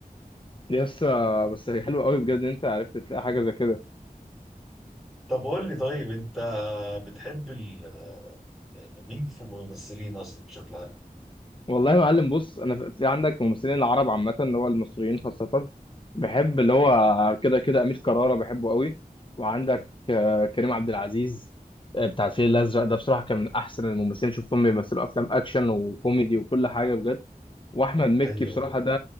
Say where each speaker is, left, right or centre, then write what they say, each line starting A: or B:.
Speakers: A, on the left (about 35°); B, in the centre.
A: لسه بس حلو قوي بجد ان انت عرفت تلاقي حاجه زي كده
B: طب قول لي طيب أنت بتحب ال... يعني مين في الممثلين أصلا بشكل عام؟
A: والله يا معلم بص انا في في عندك ممثلين العرب عامه اللي هو المصريين خاصه بحب اللي هو كده كده امير كرارة بحبه قوي وعندك آه، كريم عبد العزيز آه، بتاع الفيل الازرق ده بصراحه كان من احسن الممثلين شفتهم بيمثلوا افلام اكشن وكوميدي وكل حاجه بجد واحمد مكي
B: أيوه
A: بصراحه ده